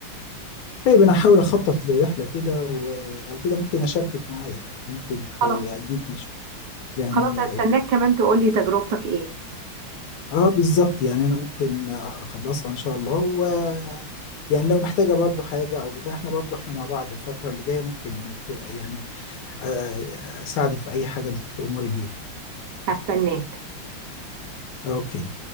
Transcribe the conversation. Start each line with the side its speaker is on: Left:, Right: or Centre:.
Left: طيب انا هحاول اخطط لرحله كده ولو كده ممكن اشاركك معايا يعني ممكن
Right: خلاص
Left: ت- اديكي يعني
Right: خلاص هستناك كمان تقولي تجربتك ايه
Left: اه بالظبط يعني انا ممكن اخلصها ان شاء الله و يعني لو محتاجه برضو حاجه او بتاع احنا برضو احنا مع بعض الفتره اللي جايه ممكن ت- يعني آه، اساعدك في اي حاجه انت تأمري بيها يعني.
Right: هستناك
Left: اوكي